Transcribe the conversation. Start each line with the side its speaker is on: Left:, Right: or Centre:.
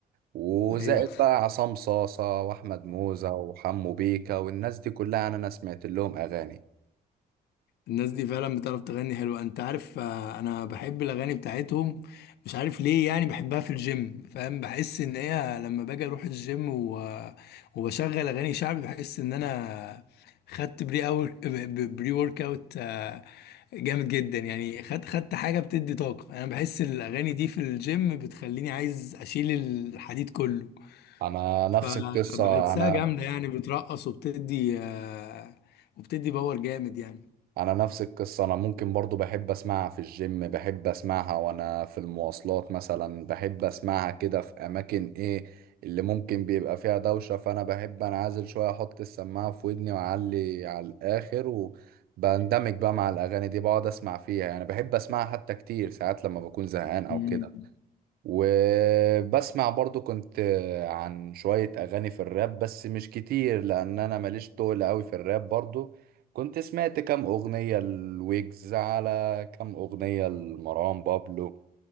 Right: وزائد
Left: ايوه
Right: بقى عصام صاصة وأحمد موزة وحمو بيكا والناس دي كلها يعني أنا سمعت لهم أغاني
Left: الناس دي فعلا بتعرف تغني حلو انت عارف آه، انا بحب الاغاني بتاعتهم مش عارف ليه يعني بحبها في الجيم فاهم بحس ان هي لما باجي اروح الجيم و... وبشغل اغاني شعبي بحس ان انا خدت بري أور... بري ورك اوت آه، جامد جدا يعني خدت خدت حاجه بتدي طاقه انا بحس الاغاني دي في الجيم بتخليني عايز اشيل الحديد كله
Right: أنا نفس
Left: فبحسها
Right: القصة أنا
Left: جامده يعني بترقص وبتدي آه، وبتدي باور جامد يعني
Right: انا نفس القصه انا ممكن برضو بحب اسمعها في الجيم بحب اسمعها وانا في المواصلات مثلا بحب اسمعها كده في اماكن ايه اللي ممكن بيبقى فيها دوشه فانا بحب انعزل شويه احط السماعه في ودني واعلي على الاخر وبندمج بقى مع الاغاني دي بقعد اسمع فيها يعني بحب اسمعها حتى كتير ساعات لما بكون زهقان او
Left: مم.
Right: كده وبسمع برضو كنت عن شوية أغاني في الراب بس مش كتير لأن أنا ماليش طول أوي في الراب برضو كنت سمعت كام أغنية الويجز على كام أغنية لمروان بابلو